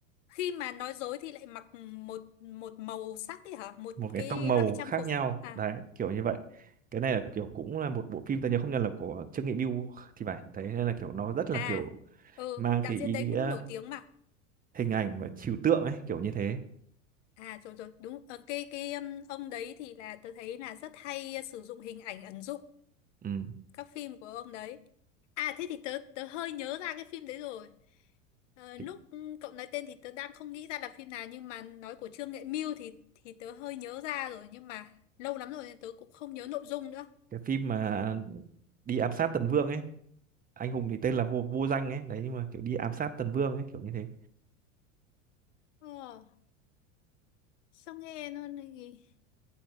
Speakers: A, on the left; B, on the right.
A: khi mà nói dối thì lại mặc một một màu sắc ấy hả một
B: một cái
A: cái
B: tông màu
A: loại trang
B: khác
A: phục
B: nhau
A: à
B: đấy kiểu như vậy cái này là kiểu cũng là một bộ phim tôi nhớ không nhầm là của Trương Nghị Mưu thì phải thấy nên là kiểu nó rất là
A: à
B: kiểu
A: ừ
B: mang
A: đạo
B: cái
A: diễn
B: ý
A: đấy
B: nghĩa
A: cũng nổi tiếng mà
B: hình ảnh và trừu tượng ấy kiểu như thế
A: à rồi rồi đúng ờ cái cái um, ông đấy thì là tớ thấy là rất hay sử dụng hình ảnh ẩn dụ
B: ừ.
A: các phim của ông đấy à thế thì tớ tớ hơi nhớ ra cái phim đấy rồi Ờ,
B: cái,
A: lúc cậu nói tên thì tớ đang không nghĩ ra là phim nào nhưng mà nói của Trương Nghệ Mưu thì thì tớ hơi nhớ ra rồi nhưng mà lâu lắm rồi nên tớ cũng không nhớ nội dung nữa
B: cái phim mà đi ám sát Tần Vương ấy anh hùng thì tên là vô vô danh ấy đấy nhưng mà kiểu đi ám sát Tần Vương ấy kiểu như thế
A: ờ, sao nghe nó nghe